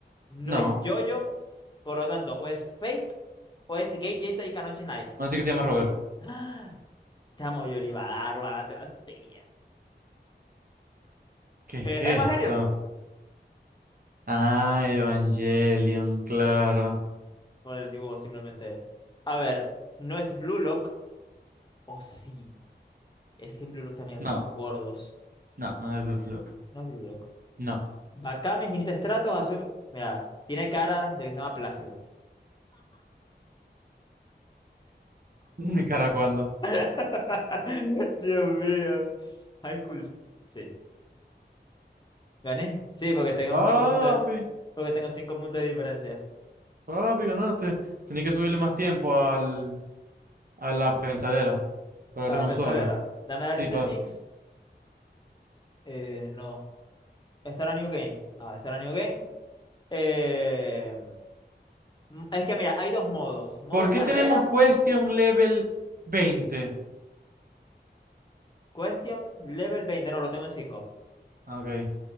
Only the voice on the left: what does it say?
no
es JoJo, por lo tanto, o es Fate o es Gate Genta y Kanochi Knight.
¡Ah! Chamo, yo le iba a dar bala, te lo hacía.
Eh,
Evangelion.
Sí. Por el dibujo, simplemente. A ver, ¿no es Blue Lock? O sí. Es que en Blue Lock también había
unos gordos.
No es Blue Lock.
Bacano, infinito estratos, azul. Mira, tiene cara de que se llama Plácido.
<laughs> Dios mío. High school. Sí. ¿Gané? Sí, porque tengo
cinco puntos, porque tengo cinco puntos de diferencia.
A la
pensadera.
Dame dale
settings. Eh, no. Estará New Game. Ah, estará New Game. Eh, m- es que mira, hay dos modos. Modo
carrera,
question, level veinte No, lo tengo en cinco